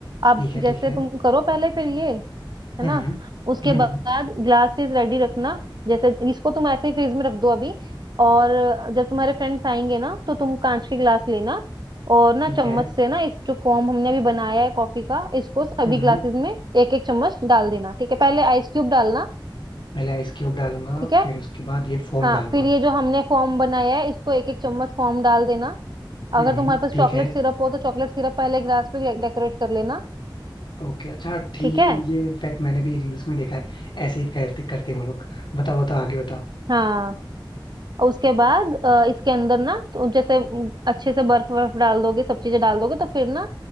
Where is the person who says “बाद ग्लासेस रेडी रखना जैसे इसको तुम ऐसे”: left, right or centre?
Right